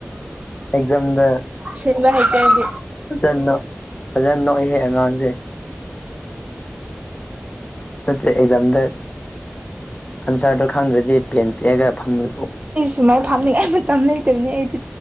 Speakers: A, on the left; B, on the right.
A: ꯑꯦꯛꯖꯝꯗ
B: ꯁꯤꯟꯕ ꯍꯩꯇ‌ꯦ ꯑꯩꯗꯤ
A: ꯐꯖꯅ‌ꯣꯛ ꯐꯖꯅ ꯅꯣꯛꯏꯍꯦ ꯑꯉꯥꯡꯖ‌ꯦ ꯅꯠꯇ‌ꯦ ꯑꯦꯛꯖꯥꯝꯗ ꯑꯟꯁꯥꯔꯗꯣ ꯈꯪꯗ꯭ꯔꯗꯤ ꯄꯦꯟ ꯆꯦꯛꯑꯒ ꯐꯝ
B: ꯗꯨꯃꯥꯏꯅ ꯐꯥꯝꯅꯤꯡꯉꯥꯏ ꯃꯇꯝ ꯂꯩꯇꯕꯅꯤ ꯑꯩꯗꯤ